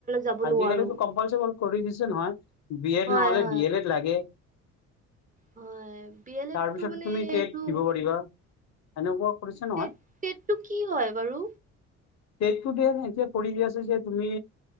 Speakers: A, on the right; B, on the left.
A: যাব
B: আজিকালি
A: নোৱাৰো
B: কম্পালচাৰি কৰি দিছে নহয় বি এড
A: হয়
B: নহলে
A: হয়
B: ডি এল এড লাগে।
A: হয় বি এল
B: তাৰপিছতো
A: এডটো মানে
B: তুমি টেট
A: এইটো
B: দিব পাৰিবা এনেকুৱা কৰিছে নহয়
A: টেট টেটটো কি হয় বাৰু।
B: টেটটো দিয়া নাই এতিয়া কৰি যে আছোঁ যে তুমি।